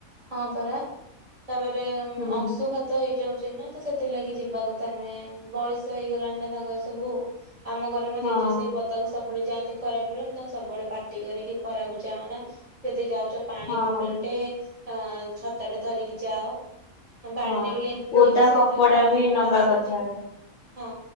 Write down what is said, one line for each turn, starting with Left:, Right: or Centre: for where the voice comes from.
Right: ହଁ ପରା ତାପରେ
Left: ହୁଁ
Right: ଅଂଶୁଘାତ୍ ତ ହେଇଯାଉଚି ନା ତ ସେଥିଲାଗି ଯିବାକଥା ନୁହେଁ ବୟସ୍ ତ ହେଇଗଲାଣି ନା ତାଙ୍କର ସବୁ ଆମ ଘରେ ମୋ
Left: ହଁ
Right: ଜେଜେ ସେଇ ପଦାକୁ ସ ସବୁବେଳେ ଯାଆନ୍ତି ଖରା ବଳେ ମୁଁ ତାଙ୍କୁ ସବୁବେଳେ ପାଟି କରେକି ଖରାକୁ ଯାଅନା। ଯଦି ଯାଉଚ ପାଣି
Left: ହଁ
Right: ବୋଟଲ୍ ଟେ ଅଁ ଛତାଟେ ଧରିକି ଯାଅ। ବାଡିରେବି
Left: ହଁ
Right: ଲେମ୍ବୁ
Left: ଓଦା
Right: ହେଇଚି ସେ
Left: କପଡା
Right: ଯେତେବେଳେ ଖରାରୁ
Left: ବି ନବା
Right: ଆସନ୍ତି
Left: କଥା
Right: ହଁ